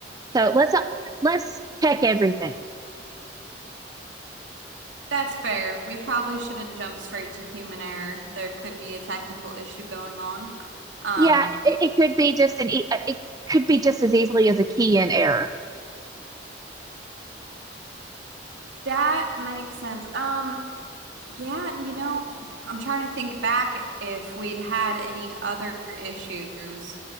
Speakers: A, on the right; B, on the right.
A: So let's not, let's check everything.
B: That's fair. We probably shouldn't jump straight to human error. There could be a technical issue going on. Um,
A: Yeah, it, it could be just an e- it could be just as easily as a key in error.
B: that makes sense. Um, Yeah, and you know, I'm trying to think back if we'd had any other issues